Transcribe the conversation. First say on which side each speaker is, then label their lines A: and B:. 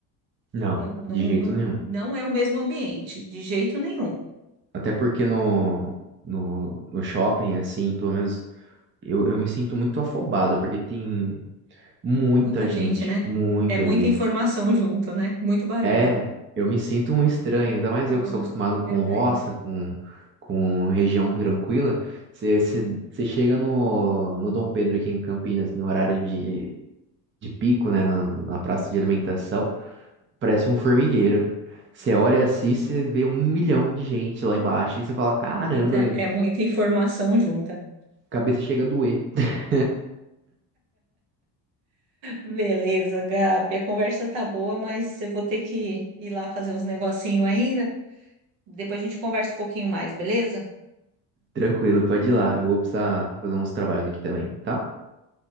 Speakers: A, on the right (about 25°); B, on the right (about 65°).
A: Não,
B: entendeu? Não,
A: de
B: não,
A: jeito nenhum.
B: não é o mesmo ambiente, de jeito nenhum.
A: Até porque no, no, no shopping, assim, pelo menos eu, eu me sinto muito afobado, porque tem Muita
B: Muita
A: gente,
B: gente, né?
A: muita
B: É muita
A: gente.
B: informação junto, né? Muito barulho.
A: É, eu me sinto um estranho, ainda mais
B: Eu,
A: eu que sou acostumado com
B: eu
A: roça,
B: tô aí.
A: com, com região tranquila. Você chega no, no Dom Pedro aqui em Campinas, no horário de, de pico, né, na, na praça de alimentação, parece um formigueiro. Você olha assim, você vê um milhão de gente lá embaixo e você fala: caramba,
B: É muita, é muita informação junta.
A: cabeça chega a doer. <laughs>
B: Beleza, Gabi. A conversa tá boa, mas eu vou ter que ir lá fazer uns negocinho ainda. Depois a gente conversa um pouquinho mais, beleza?
A: Tranquilo, pode ir lá, eu vou precisar fazer uns trabalhos aqui também, tá?